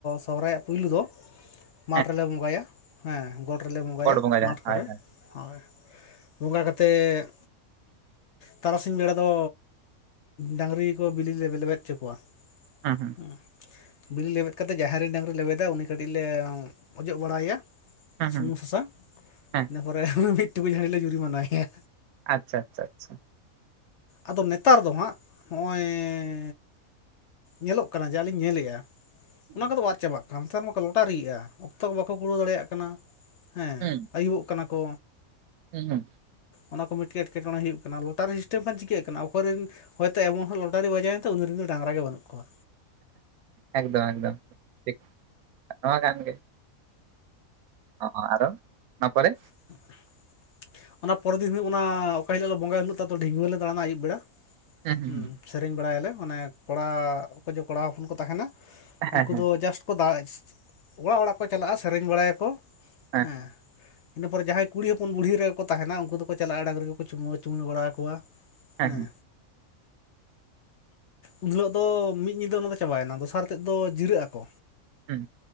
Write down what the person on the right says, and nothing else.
<unintelligible>
ᱜᱚᱰ ᱵᱚᱸᱜᱟ
ᱡᱟᱦᱟᱸ
ᱦᱳᱭ ᱦᱳᱭ
ᱦᱩᱸ ᱦᱩᱸ
ᱦᱩᱸ
ᱦᱩᱸ
ᱦᱮᱸ
ᱟᱪᱪᱷᱟ ᱟᱪᱪᱷᱟ ᱟᱪᱪᱷᱟ᱾
ᱦᱩᱸ
ᱦᱩᱸ
ᱦᱩᱸ
ᱮᱠᱫᱚᱢ ᱮᱠᱫᱚᱢ ᱴᱷᱤᱠ ᱱᱚᱣᱟ ᱠᱟᱱ ᱜᱮᱼᱼ ᱚᱸ ᱟᱨᱚ ᱱᱚᱣᱟᱯᱚᱨᱮᱼᱼ
ᱦᱩᱸ ᱦᱩᱸ
ᱦᱮᱸ ᱦᱮᱸ
ᱦᱮᱸ
ᱦᱮᱸ
ᱦᱮᱸ
ᱩᱸ